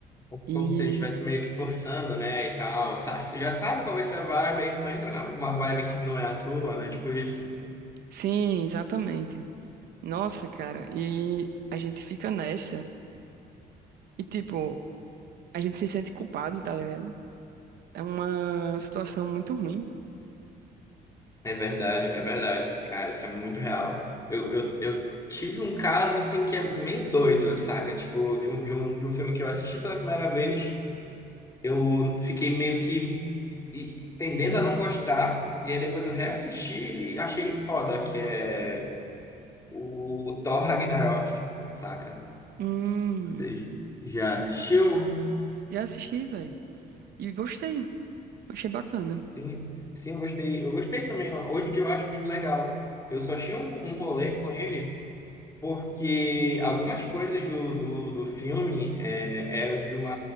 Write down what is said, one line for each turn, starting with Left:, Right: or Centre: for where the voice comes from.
Right: E
Left: Como se a gente estivesse meio que forçando, né? E tal. Sa- Já sabe qual vai ser a vibe, aí tu entra numa vibe que não é a tua, né? Tipo isso.
Right: sim, exatamente. Nossa, cara, e a gente fica nessa e tipo, a gente se sente culpado, tá ligado? É uma situação muito ruim.
Left: É verdade, é verdade. Cara, isso é muito real. Eu, eu, eu tive um caso assim que é meio doido, saca? Tipo, de um, de um, de um filme que eu assisti pela primeira vez. eu fiquei meio que e- tendendo a não gostar, e aí depois eu reassisti e achei foda, que é o Thor Ragnarok, saca?
Right: Hum,
Left: Você já assistiu?
Right: já assisti, velho. E gostei. Achei bacana.
Left: Sim, sim, eu gostei. Eu gostei também. Hoje em dia eu acho muito legal. Eu só tinha um, um rolê com ele porque algumas coisas do, do, do filme é, eram de uma